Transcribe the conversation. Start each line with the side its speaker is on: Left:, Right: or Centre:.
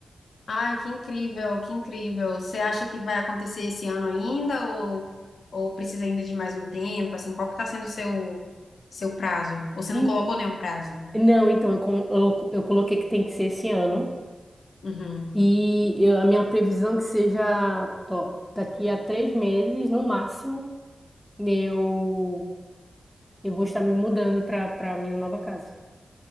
Left: Ai, que incrível, que incrível. Você acha que vai acontecer esse ano ainda ou, ou precisa ainda de mais um tempo? Assim, qual que tá sendo o seu, seu prazo? Ou você
Centre: E-
Left: não colocou nenhum prazo?
Centre: não, então, eu, com- eu, eu coloquei que tem que ser esse ano.
Left: Uhum.
Centre: E eu- a minha previsão é que seja, ó, daqui a três meses, no máximo. eu, eu vou estar me mudando para para minha nova casa.